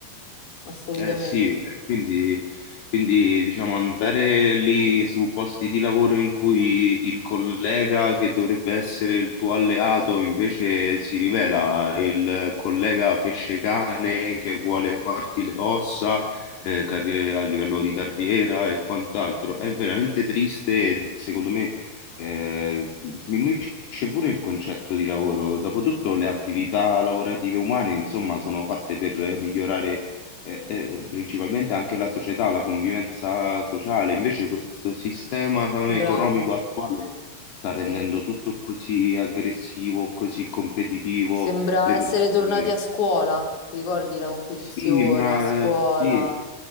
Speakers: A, on the left; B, on the left.
A: assolutamente.
B: Eh sì, eh, quindi, quindi diciamo andare lì su posti di lavoro in cui il collega che dovrebbe essere il tuo alleato invece si rivela il collega pesce-cane che vuole farti le ossa eh, carri- a livello di carriera e quant'altro. È veramente triste, e, secondo me, eh, sminuisce pure il concetto di lavoro. Dopotutto le attività lavorative umane, insomma, sono fatte per migliorare e- e principalmente anche la società, la convivenza sociale. Invece questo sistema economico
A: Bravo,
B: attuale sta rendendo
A: sì.
B: tutto così aggressivo, così competitivo.
A: Sembra
B: Le
A: essere
B: persone...
A: tornati a scuola, ti ricordi la competizione
B: Sì, ma
A: a scuola?
B: eh, sì,